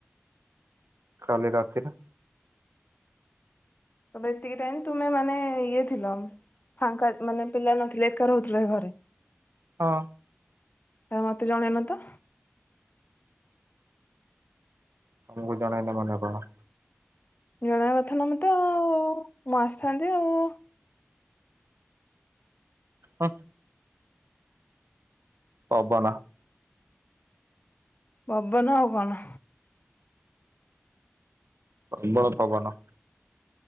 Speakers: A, on the right; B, on the left.
A: କାଲି ରାତିରେ।
B: ତବେ ଏତିକି ଟାଇମ ତୁମେ ମାନେ ଇଏ ଥିଲ ଫାଙ୍କା ମାନେ ପିଲା ନଥିଲେ ଏକା ରହୁଥିଲ ଏ ଘରେ।
A: ହଁ।
B: କାଇଁ ମତେ ଜଣେଇନ ତ।
A: ତମକୁ ଜଣେଇନି ମାନେ କଣ।
B: ଜଣାଇବା କଥା ନା ମତେ ଆଉ ମୁଁ ଆସିଥାନ୍ତି ଆଉ।
A: ହଁ। ପବନ।
B: ପବନ ଆଉ କଣ।
A: ପ୍ରବଳ ପବାନ।